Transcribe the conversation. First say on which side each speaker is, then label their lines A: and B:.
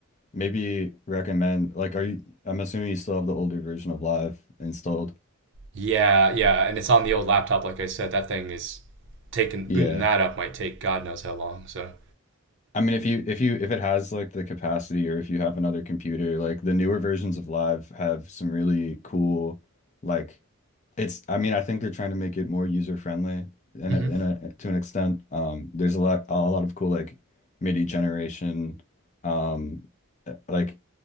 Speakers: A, on the left; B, on the right.
A: maybe recommend like are you? I'm assuming you still have the older version of Live installed.
B: Yeah, yeah, and it's on the old laptop. Like I said, that thing is taking
A: Yeah.
B: booting that up might take God knows how long. So,
A: I mean, if you if you if it has like the capacity or if you have another computer, like the newer versions of Live have some really cool like it's I mean, I think they're trying to make it more user friendly in
B: hmm
A: a, in a to an extent. Um there's a lot a lot of cool like MIDI generation um like